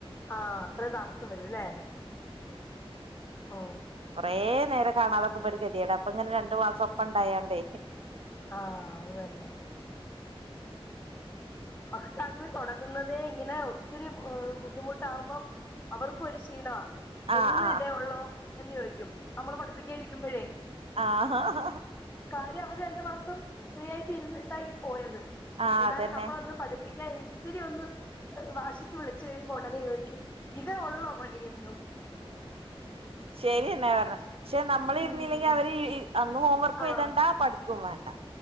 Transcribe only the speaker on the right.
കുറേ നേരം കാണാതക്കുമ്പോ, ഒരു ഗതിയേടാ, അപ്പൊ ഇങ്ങനെ രണ്ടു മാസം ഒപ്പം ഇണ്ടായോ ണ്ടേ.
ആഹ്
ആഹ്
ആ ഹാ ഹാ ഹ
ആഹ്
അതന്നെ
ശരി എന്നെ പറഞ്ഞെ. പക്ഷെ നമ്മള് ഇരുന്നില്ലെങ്കിൽ
അവര് അന്ന് ഹോം വർക്ക്
എഴുതുകയും, വേണ്ടാ പഠിക്കും വേണ്ട.